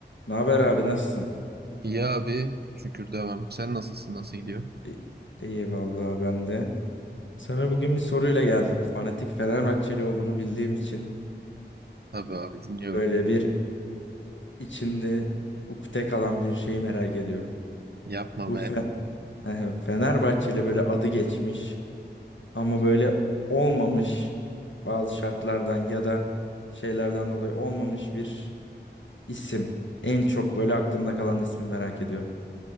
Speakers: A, on the left; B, on the right.
A: Ne haber abi nasılsın?
B: İyi abi. Şükür devam. Sen nasılsın? Nasıl gidiyor?
A: İ- İyi vallahi ben de. Sana bugün bir soruyla geldim. Fanatik Fenerbahçeli olduğunu bildiğim için
B: Tabii abi dinliyorum.
A: böyle bir içinde ukde kalan bir şeyi merak ediyorum.
B: Yapma
A: Bu
B: be.
A: Fe <laughs> Fenerbahçeli böyle adı geçmiş ama böyle olmamış bazı şartlardan ya da şeylerden dolayı olmamış bir isim. En çok böyle aklımda kalan ismi merak ediyorum.